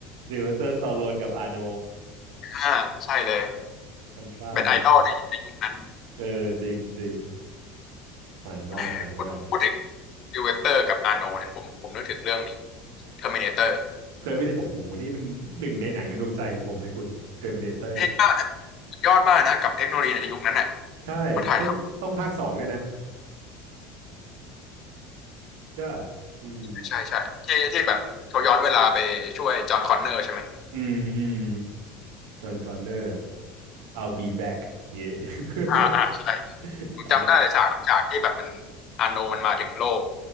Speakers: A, on the right; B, on the left.
A: ซิลเวสเตอร์สตาโลนกับอาโน
B: อ่าใช่เลย
A: คอนทราคอน
B: เป็นไอดอลในในยุคนั้น
A: เออจริงจริงมันมากมันมาก
B: แหมพูดถึงซิลเวสเตอร์กับอาโนเนี่ยผมผมนึกถึงเรื่องนี้เทอร์มินาเตอร์
A: เทอร์มินโอ้โหนี่เป็นหนึ่งในหนังในดวงใจของผมเลยคุณเทอร์มินเตอร์
B: เท่มากนะสุดยอดมากนะกับเทคโนโลยีในยุคนั้นน่ะ
A: ใช่ต้องต้องภาคสองด้วยนะ
B: เขาถ่ายท
A: ใช่ป่ะอืม
B: ำใช่ใช่ที่ที่แบบเขาย้อนเวลาไปช่วยจอห์นคอนเนอร์ใช่ไหม
A: อืมอืม จอห์นคอนเนอร์ I'll be back อย่างเงี้ย
B: อ่าอ่าใช่
A: <laughs>
B: ผมจำได้ฉากฉากที่แบบมัน
A: I'll be
B: อาโนมันมาถึงโลก